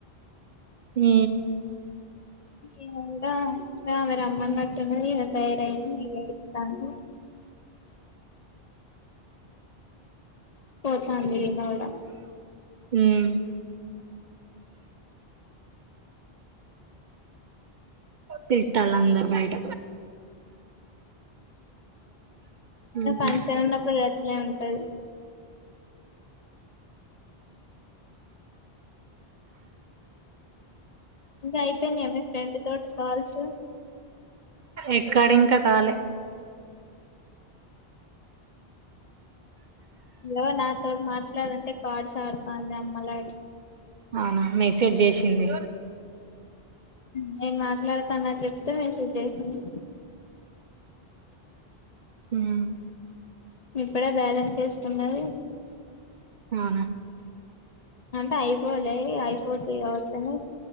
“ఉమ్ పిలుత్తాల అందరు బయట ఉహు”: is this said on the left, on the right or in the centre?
Right